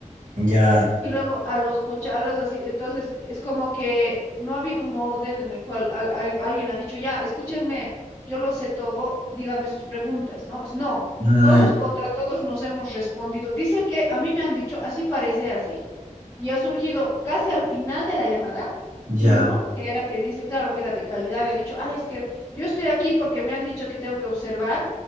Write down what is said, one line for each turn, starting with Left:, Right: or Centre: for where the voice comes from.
Right: ya,
Left: Y luego a los cochalos, así, entonces es como que no ha habido un orden en el cual al- al- alguien ha dicho, ya, escúchenme, yo lo sé todo, dígame sus preguntas, ¿no? Es- No,
Right: ay,
Left: todos contra todos nos hemos respondido. Dice que a mí me han dicho, así parece así. Y ha surgido casi al final de la llamada
Right: ya,
Left: uno que era que dice, claro, que era de calidad, y ha dicho, ay, es que yo estoy aquí porque me han dicho que tengo que observar.